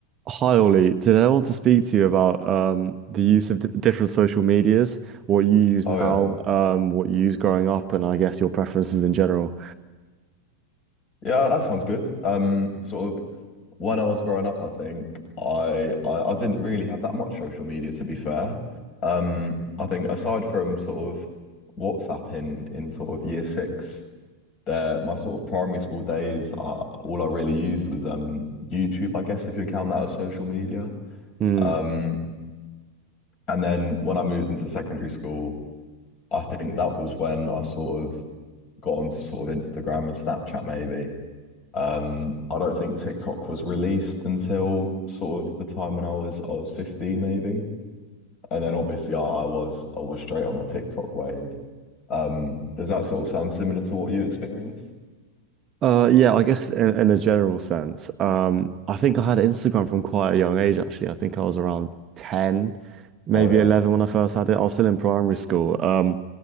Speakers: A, on the right (about 30°); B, on the left (about 35°).
A: Hi Ollie, today I want to speak to you about um, the use of d different social medias, what you use
B: Oh
A: now,
B: yeah.
A: um, what you use growing up, and I guess your preferences in general.
B: Yeah, that sounds good. Um, sort of when I was growing up, I think I I, I didn't really have that much social media to be fair. Um, I think aside from sort of WhatsApp in in sort of year six, there my sort of primary school days, I, all I really used was um YouTube, I guess if you count that as social media.
A: Hmm.
B: Um, and then when I moved into secondary school, I think that was when I sort of got onto sort of Instagram and Snapchat maybe. Um, I don't think TikTok was released until sort of the time when I was I was 15 maybe. And then obviously I, I was I was straight on the TikTok wave. Um, does that sort of sound similar to what you experienced?
A: Uh, yeah, I guess in, in a general sense. Um, I think I had Instagram from quite a young age, actually. I think I was around 10, maybe
B: Oh yeah.
A: 11 when I first had it. I was still in primary school. Um,